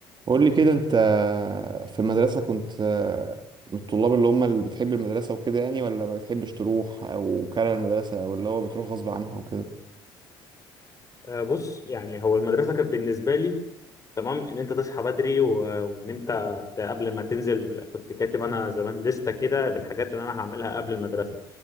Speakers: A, on the right; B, on the left.
A: قول لي كده انت في المدرسة كنت من الطلاب اللي هم اللي بتحب المدرسة وكده يعني ولا ما بتحبش تروح او كاره المدرسة او اللي هو بتروح غصب عنها وكده
B: آه، بص يعني هو المدرسة كانت بالنسبة لي تمام إن أنت تصحى بدري و- وإن أنت ت- قبل ما تنزل كنت كاتب أنا زمان لستة كده بالحاجات اللي أنا هعملها قبل المدرسة